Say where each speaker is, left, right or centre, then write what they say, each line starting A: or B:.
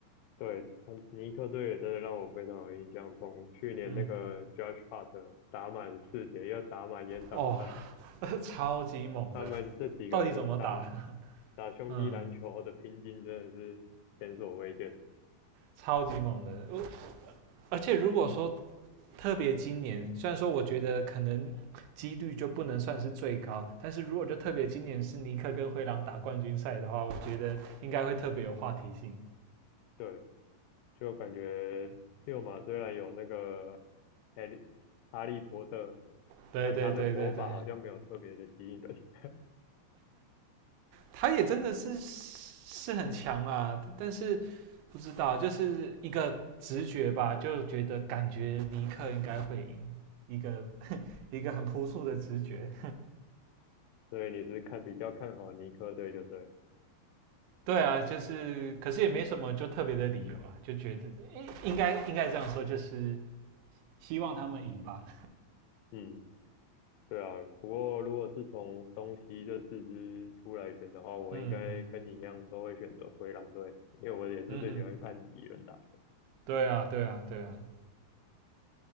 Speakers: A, on the left; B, on the right.
A: 对，嗯尼克队也真的让我非常有印象。从去年那个
B: 嗯，
A: Josh Hart 打满四节，又打满延长赛，
B: 哦，<laughs> 超级猛的，
A: 他们这几个打
B: 到底怎么打？
A: 打兄弟篮球的拼劲真的是前所未见。
B: 嗯，超级猛的。我而且如果说特别今年，虽然说我觉得可能几率就不能算是最高，但是如果就特别今年是尼克跟灰狼打冠军赛的话，我觉得应该会特别有话题性。
A: 对，就感觉六马虽然有那个哈利哈利波特，
B: 对对对对对，
A: 但他的魔法好像没有特别的吸引人，<laughs>
B: 他也真的是是很强啊，但是不知道就是一个直觉吧，就觉得感觉尼克应该会赢，一个一个很朴素的直觉。
A: 所以你是看比较看好尼克队对不对了
B: 对啊，就是可是也没什么就特别的理由啊，就觉得应应该应该这样说，就是希望他们赢吧。
A: 嗯，对啊。不过如果是从东西这四支出来选的话，我应该跟你一样都会选择灰狼队，
B: 嗯嗯
A: 因为我也是最喜欢看蚁人打球。
B: 嗯哼，对啊，对啊，对啊。